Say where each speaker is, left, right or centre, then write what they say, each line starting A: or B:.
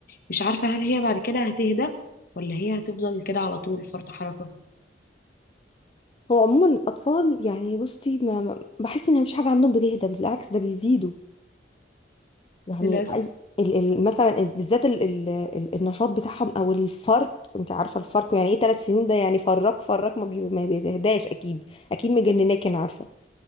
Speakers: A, on the left; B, on the left.
A: مش عارفه هل هي بعد كده هتهدى ولا هي هتفضل كده على طول فرط حركه
B: هو عموما الأطفال يعني بصي ما ما- بحس إن مفيش حاجة عندهم بتهدى بالعكس ده بيزيدوا يعني
A: للاسف
B: أي ال ال مثلا ال- بالذات ال ال ال النشاط بتاعهم أو الفرق أنت عارفة الفرق يعني إيه ثلاث سنين ده يعني فرق فرق ما, بي ما بيتهداش أكيد أكيد مجنناك أنا عارفة